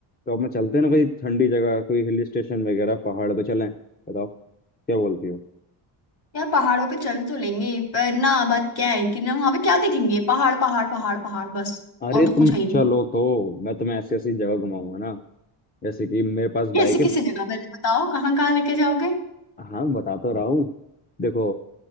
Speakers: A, on the left; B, on the left.
A: तो अपने चलते हैं ना कोई ठंडी जगह कोई हिल स्टेशन वगैरह पहाड़ पे चलें बताओ क्या बोलती हो
B: यार पहाड़ों पे चल तो लेंगे पर ना बात क्या है कि ना वहां पे क्या देखेंगे पहाड़ पहाड़ पहाड़ पहाड़ बस
A: अरे
B: और तो
A: तुम
B: कुछ है ही नहीं
A: चलो तो मैं तुम्हें ऐसी ऐसी जगह घुमाऊंगा ना जैसे कि मेरे पास
B: कैसे
A: बाइक
B: किसी
A: है
B: जगह पहले बताओ कहाँ कहाँ लेके जाओगे
A: हाँ बता तो रहा हूँ देखो